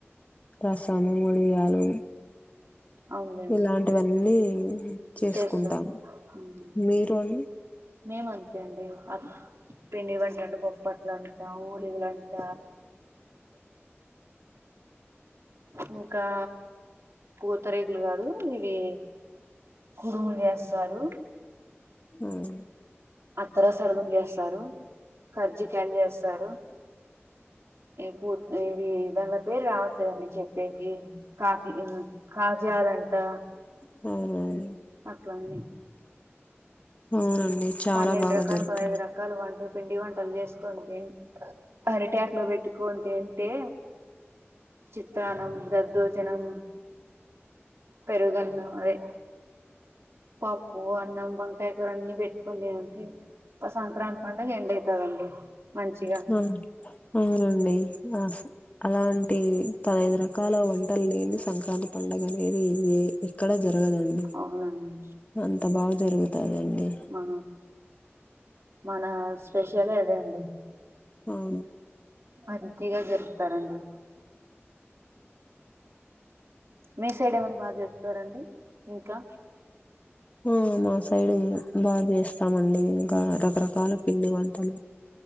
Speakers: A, on the left; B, on the right.
A: రసాము ఉడియాలు
B: అవునులేండి
A: ఇలాంటివన్నీ చేసుకుంటాము
B: చేస్తారు ఉమ్,
A: మీరు అండి
B: మేము అంతే అండి అ పిండి వంటలుంటే బొప్పట్లంట ఊలిలంట ఇంకా పూతరేకులు గాదు ఇవి కుడుములు జేస్తారు
A: హ్మ్
B: అత్తర సర్గం జేస్తారు కర్జకాయలు జేస్తారు పూ ఇవి దాని పేరు రావట్లేదండి చెప్పేకి కాకి కాజా అంటా
A: హ్మ్
B: అట్లన్ని
A: అవునండి చాలా
B: పన్నెండు
A: బాగా
B: రకాలు
A: జరుపుకుంటాం
B: పదహైదు రకాలు వంటలు పిండి వంటలు జేసుకొని తిని అరిటాకు లో పెట్టుకొని తింటే చిత్రాన్నం దద్దోజనం పెరుగన్నం అదే పప్పు అన్నం వంకాయ కూర అన్ని పెట్ కొనేయండి ఒక సంక్రాంతి పండుగ ఎండ్ అయితదండి మంచిగా
A: హ్మ్ అవునండి ఆ అలాంటి పదహైదు రకాల వంటలు లేనిది సంక్రాంతి పండగ అనేది ఇక్కడ జరగదండి
B: అవునండి
A: అంత బాగా జరుగుతాదండి
B: మా మన స్పెషలే అదే అండి
A: అవును
B: మంచిగా జరుపుతారండి మీ సైడ్ ఏమన్నా బాగా జరుపుతారండి ఇంకా
A: హ్మ్ మా సైడ్ బాగా చేస్తామండి ఇంకా రకరకాల పిండి వంటలు